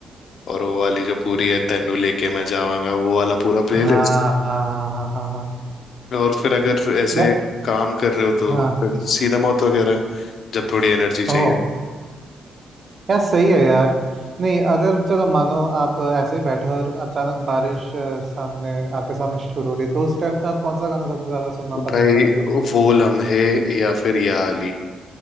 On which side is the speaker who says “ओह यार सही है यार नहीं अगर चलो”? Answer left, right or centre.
Right